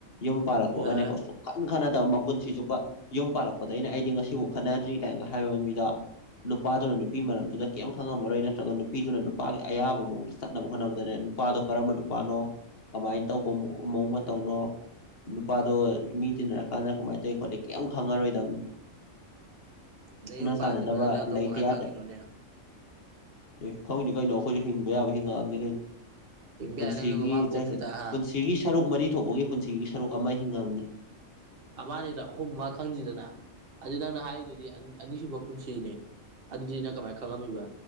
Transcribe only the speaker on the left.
ꯌꯨꯝ ꯄꯥꯜꯂꯛꯄꯒꯅꯦꯀꯣ
ꯁꯨꯈꯟ ꯈꯅꯗꯕ ꯃꯄꯨꯟꯁꯤ ꯆꯨꯞꯄ ꯌꯨꯝ ꯄꯥꯜꯂꯛꯄꯗꯩꯅ‌ꯦ ꯑꯩꯗꯤ ꯉꯁꯤ ꯁꯤꯃꯨꯛ ꯈꯠꯅꯗ꯭ꯔꯤ ꯀꯥꯏꯅꯒ ꯍꯥꯏꯕ ꯃꯤꯗ ꯅꯨꯄꯥꯗꯨꯅ ꯅꯨꯄꯤ ꯃꯔꯝꯗꯨꯗ ꯀꯌ‌ꯦꯝ ꯈꯪꯉꯝꯃꯔꯣꯏ ꯅꯠꯇ꯭ꯔꯒ ꯅꯨꯄꯤꯗꯨꯅ ꯅꯨꯄꯥꯒꯤ ꯑꯌꯥꯕ ꯃꯑꯣꯡꯗ ꯆꯠꯅꯕ ꯍꯣꯠꯅꯕꯗꯅꯦ ꯅꯨ ꯄꯥꯗꯣ ꯀꯔꯝꯕ ꯅꯨꯄꯥꯅꯣ ꯀꯃꯥꯏꯅ ꯇꯧꯕ ꯃꯑꯣꯡ ꯃꯇꯧꯅꯣ ꯅꯨꯄꯥꯗꯣ ꯃꯤ ꯇꯤꯟꯅꯔꯀꯥꯟꯗ ꯀꯃꯥꯏ ꯇꯧꯋꯤ ꯈꯣꯠꯂꯤ ꯀꯌ‌ꯦꯝ ꯈꯪꯉꯔꯣꯏꯗꯝꯅꯤ
ꯆꯥꯟꯅꯗꯕ
ꯂꯩꯇ
ꯌꯥꯗ
ꯑꯦ ꯈꯪꯉꯤꯅꯤ ꯀꯩꯅꯣ ꯑꯩꯈꯣꯏꯖꯨ ꯍꯤꯡꯕ ꯌꯥꯕ ꯍꯤꯡꯉꯛꯑꯝꯅꯤ ꯀꯩꯅꯣ
ꯄꯨꯟꯁꯤꯒꯤ
ꯆꯍꯤ
ꯄꯨꯟꯁꯤꯒꯤ ꯁꯔꯨꯛ ꯃꯔꯤ ꯊꯣꯛꯄꯒꯤ ꯄꯨꯟꯁꯤꯒꯤ ꯁꯔꯨꯛ ꯑꯃ ꯍꯤꯡꯉꯝꯅꯤ